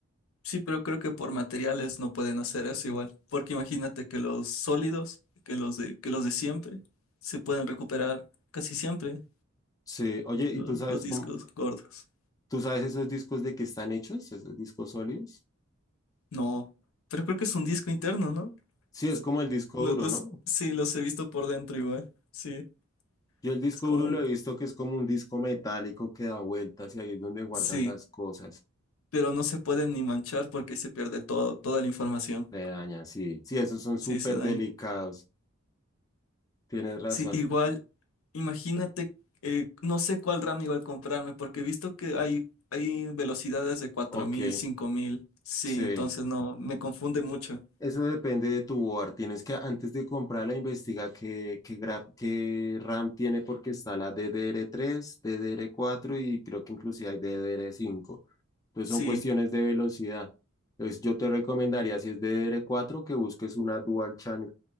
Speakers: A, on the left; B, on the left.
A: Sí, pero creo que por materiales no pueden hacer eso igual, porque imagínate que los sólidos, que los de, que los de siempre, se pueden recuperar casi siempre
B: Sí, oye,
A: los,
B: ¿y tú sabes
A: los discos
B: cómo,
A: gordos.
B: tú sabes esos discos de qué están hechos, esos discos sólidos?
A: No, pero creo que es un disco interno, ¿no?
B: Sí,
A: Sí,
B: es como el disco
A: lo-
B: duro,
A: Los,
B: ¿no?
A: sí, los he visto por dentro igual, sí,
B: Yo el disco
A: es como
B: duro
A: un,
B: lo he visto que es como un disco metálico que da vueltas y ahí es donde guardan
A: sí,
B: las cosas.
A: pero no se pueden ni manchar porque se pierde todo, toda la información,
B: Se daña, sí. Sí, esos son
A: sí,
B: súper
A: se daña.
B: delicados. Tienes razón.
A: Sí, igual, imagínate, eh, no sé cuál RAM igual comprarme, porque he visto que hay, hay velocidades de cuatro
B: Ok,
A: mil cinco mil Sí,
B: sí.
A: entonces no, me confunde mucho.
B: Eso depende de tu board. Tienes que, antes de comprarla, investiga qué, qué, gra- qué RAM tiene porque está la DDR3, DDR4 y creo que inclusive hay DDR5. Entonces
A: Sí,
B: son cuestiones de velocidad. Entonces yo te recomendaría, si es DDR4, que busques una Dual Channel